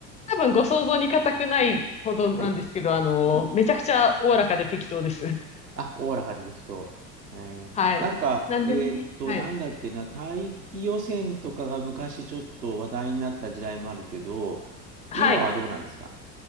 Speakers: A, on the left; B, on the right.
A: 多分ご想像に難くないほどなんですけど、
B: はい。
A: あの、
B: うん。
A: めちゃくちゃおおらかで適当です。<laughs>
B: あ、オーラが出てきと。えーなんか、
A: はい。なんでもね。
B: えーっと、
A: はい。
B: なんだっけな、大気汚染とかが昔ちょっと話題になった時代もあるけど、
A: はい。
B: 今はどうなんですか